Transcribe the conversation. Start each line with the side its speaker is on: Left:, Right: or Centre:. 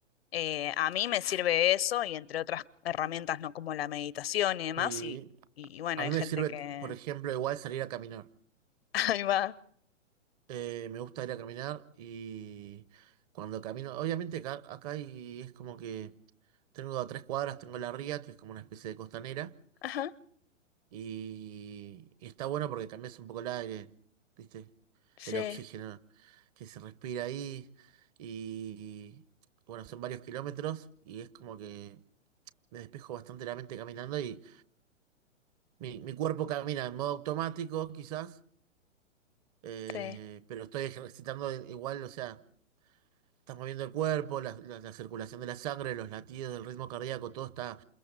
Left: Eh, a mí me sirve eso y entre otras herramientas, ¿no? Como la meditación y demás.
Right: Sí,
Left: Y, y bueno,
Right: A
Left: hay
Right: mí
Left: gente
Right: me sirve,
Left: que...
Right: por ejemplo, igual salir a caminar.
Left: <laughs> Ahí va.
Right: Eh, me gusta ir a caminar y cuando camino, obviamente acá, acá y es como que tengo a tres cuadras, tengo la ría, que es como una especie de costanera,
Left: Ajá,
Right: y, y está bueno porque cambias un poco el aire, ¿viste?
Left: sí,
Right: El oxígeno que se respira ahí y, bueno, son varios kilómetros y es como que me despejo bastante la mente caminando y mi, mi cuerpo camina en modo automático quizás eh,
Left: sí.
Right: pero estoy ejercitando igual, o sea, estás moviendo el cuerpo, la, la- la circulación de la sangre, los latidos, el ritmo cardíaco, todo está